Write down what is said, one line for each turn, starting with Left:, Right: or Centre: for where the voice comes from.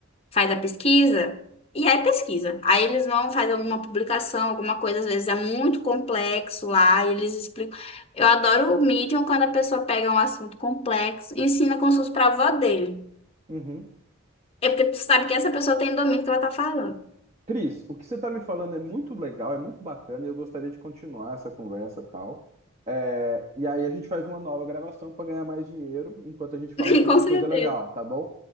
Left: faz a pesquisa, e aí pesquisa. Aí eles vão fazer alguma publicação, alguma coisa, às vezes é muito complexo lá, e eles explicam. Eu adoro o Medium quando a pessoa pega um assunto complexo e ensina como se fosse pra avó dele.
Right: Uhum.
Left: É porque tu sabe que essa pessoa tem domínio do que ela tá falando.
Right: Cris, o que você está me falando é muito legal, é muito bacana e eu gostaria de continuar essa conversa e tal. É, e aí a gente faz uma nova gravação para ganhar mais dinheiro enquanto a gente fala
Left: <laughs>
Right: sobre
Left: Com
Right: uma
Left: certeza.
Right: coisa legal, tá bom?